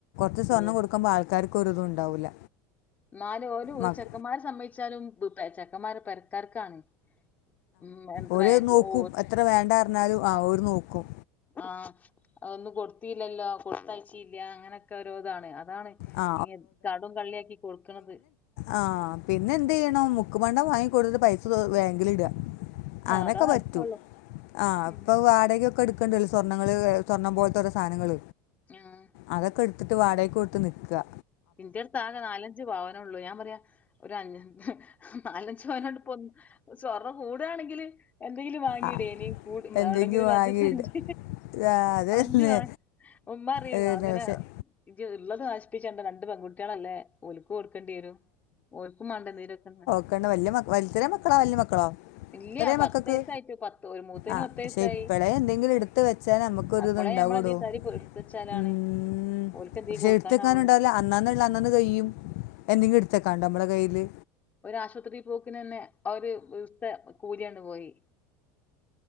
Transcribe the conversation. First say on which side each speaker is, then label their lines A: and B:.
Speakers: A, on the left; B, on the left.
A: ത്രെ സ്വർണ്ണം
B: പേ
A: കൊടുക്കുമ്പോ ആൾക്കാർക്കൊരിതും ഉണ്ടാവില്ല.
B: ന്നാല് ഓല്
A: മക്ക
B: ചെക്കന്മാർ സംമ്മയ്ച്ചാലും ചെക്കന്മാരെ പെരക്കാർക്കാണ് ഉം എത്ര
A: ഓര് നോക്കും
B: ഓ
A: എത്ര വേണ്ട ന്നറിഞ്ഞാലും ആഹ് ഓര് നോക്കും.
B: ആഹ് അതൊന്നും കൊടുത്തില്ലല്ലോ കൊടുത്തയച്ചീല്ല അങ്ങനെ രോന്നാണ് അതാണ്
A: ആ
B: ഈ കടും കള്ളിയാക്കി കൊടുക്കന്നത്
A: ആഹ് പിന്നെന്ത്യ്യണോ മുക്ക് പണ്ടം വാങ്ങിക്കൊട്ന്ന്ട്ട് പൈസ ബാങ്കിൽ ഇട, അങ്ങനെയൊക്കെ
B: അതാ നടക്കുള്ളൂ
A: പറ്റൂ ആഹ്
B: ഉം
A: ഇപ്പൊ വാടകൊക്കെടു ക്കണ്ടല്ലോ സ്വർണങ്ങള് സ്വർണ്ണം പോലത്തോരൊ സാധനങ്ങൾ
B: ആഹ്
A: അതൊക്കെ എടു വാടകക്കൊട്ത്ത് നിക്ക,
B: ഇന്റെടുത്ത് ആകെ നാലഞ്ച് പവനെ ഉള്ളൂ, ഞാൻ പറയാ ഒരു അഞ് നാലഞ്ചു പവനോണ്ട് പ്പൊ സ്വർണ്ണം കൂടാണെങ്കില് എന്തെങ്കിലും വാങ്ങിടായ്നി
A: ആ എന്തെങ്കിലും
B: എവിടെങ്കിലും ഒരു
A: വാങ്ങിയിട്ട്
B: അഞ്ചു സെന്ച്
A: ആ, അതല്ലേ
B: അഞ്ച് ഉമ്മ അറിയും
A: ഏ,
B: അങ്ങനെ,
A: പക്ഷെ
B: ഇയ്യ് ഉള്ളത് നശിപ്പിച്ചണ്ട രണ്ട് പെൺകുട്ടികളല്ലേ? ഓൽക്കൊടുക്കേണ്ടി വരും ഓൽക്കും മാണ്ടെ ന്തേരൊക്കെ,
A: ക്കണ്ട വല്യ വൽതിലെ മക്കളാ വല്യ മക്കളോ?
B: ഇല്ല്യ
A: ഇത്രയും മക്കക്ക്
B: വയസ്സായിട്ട് പത്ത് ഒരു മൂത്തേന്
A: ആഹ് ക്ഷെ
B: വയസ്സായി.
A: ഇപ്പളേ എന്തെങ്കിലും എടുത്ത് വെച്ചാൽ നമ്മക്ക് ക്കൊരുത്
B: അപ്പളേ
A: ണ്ടാകെടോ,
B: നമ്മളെന്തീ തരി എടുത്തച്ചാലാണ്
A: ഉം
B: ഓൽക്ക് എന്തേലും
A: ക്ഷെ
B: കൊടുക്കാനാവുള്ളു.
A: എടുത്തെക്കാനും ണ്ടാകൂല, അന്നാന്ന്ള്ളെ അന്നാന്ന് കൈയും എന്തെങ്കിലും എടുത്തെക്കാണ്ടൊ നമ്മളെ കയ്യില്,
B: ഒരാശുപത്രി പോക്കിനെന്നെ ആ ഒരു ദിവത്തെ കൂലിയണ്ട് പോയി